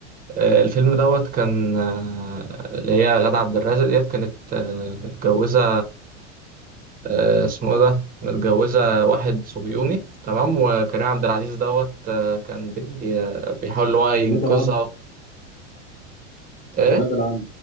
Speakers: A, on the right (about 25°); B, on the left (about 20°).
A: آه، الفيلم دوت كان آه، اللي هي غادة عبد الرازق ديت كانت آه، متجوزه آه، اسمه إيه ده متجوزه واحد صهيوني تمام وكريم عبد العزيز دوت آه، كان بي- آه، بيحاول ان هو ينقذها
B: ولاد العم
A: ايه
B: ولاد العم